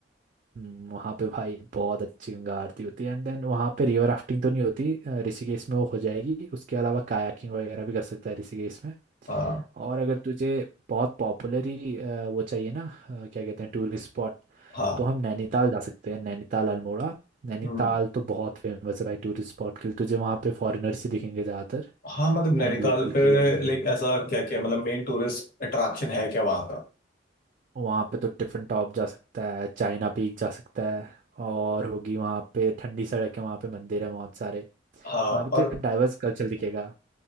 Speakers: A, on the right; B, on the left.
A: हम्म, वहाँ पे भाई बहुत अच्छी गंगा आरती होती है एंड देन वहाँ पे रिवर राफ्टिंग तो नहीं होती अ, ऋषिकेश में वो हो जाएगी उसके अलावा कायाकिंग वगैरह भी कर सकता है ऋषिकेश में
B: हाँ
A: और अगर तुझे बहुत पॉपुलर ही अ, वो चाहिए ना अ, क्या कहते हैं टूरिस्ट स्पॉट
B: हाँ
A: तो हम नैनीताल जा सकते हैं नैनीताल अल्मोड़ा नैनीताल
B: हम्म
A: तो बहुत फेमस है भाई टूरिस्ट स्पॉट के लिए तुझे वहाँ पे फॉरेनर्स ही दिखेंगे ज़्यादातर
B: हाँ मतलब नैनीताल
A: एंड लोकल
B: पे
A: के लोग दिखेंगे
B: लाइक ऐसा क्या क्या मतलब मेन टूरिस्ट अट्रैक्शन है क्या वहाँ का
A: वहाँ पे तो टिफिन टॉप जा सकता है चाइना पीक जा सकता है और होगी वहाँ पे ठंडी सड़क है वहाँ पे मंदिर है बहुत सारे
B: हाँ
A: वहाँ पे
B: और
A: तो डाइवर्स कल्चर दिखेगा